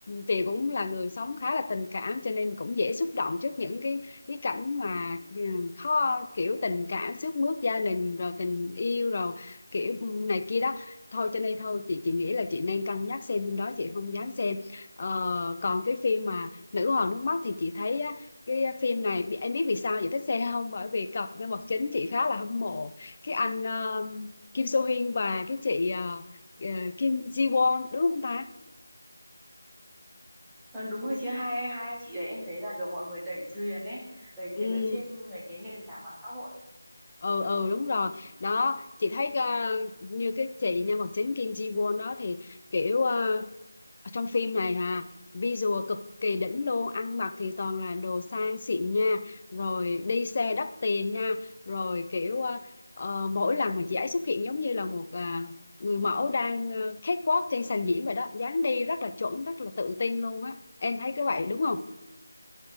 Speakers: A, on the left (about 30°); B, in the centre.
A: chị cũng là người sống khá là tình cảm cho nên cũng dễ xúc động trước những cái cái cảnh mà ừ, khó kiểu tình cảm xước mướt gia đình rồi tình yêu rồi kiểu ừ, này kia đó thôi cho nên thôi chị chị nghĩ là chị nên cân nhắc xem phim đó chị không dám xem ờ, còn cái phim mà Nữ hoàng nước mắt thì chị thấy á, cái ờ, phim này bi- em biết vì sao chị thích xem không bởi vì cặp nhân vật chính chị khá là hâm mộ cái anh ờ, Kim So Hyun và cái chị ờ, ờ, Kim Ji Won đúng không ta
B: Ờ, đúng rồi chị hai hai anh chị đấy em thấy là được mọi người đẩy thuyền ấy đẩy
A: ừ,
B: thuyền ở trên mấy cái nền tảng mạng xã hội
A: ừ ừ đúng rồi đó chị thấy ờ, như cái chị nhân vật chính Kim Ji Won đó thì kiểu ờ, trong phim này à, visual cực kỳ đỉnh luôn ăn mặc thì toàn là đồ sang xịn nha rồi đi xe đắt tiền nha rồi kiểu ờ, ờ, mỗi lần mà chị ấy xuất hiện giống như là một à, người mẫu đang uh, catwalk trên sàn diễn vậy đó dáng đi rất là chuẩn rất là tự tin luôn á em thấy cái vậy đúng không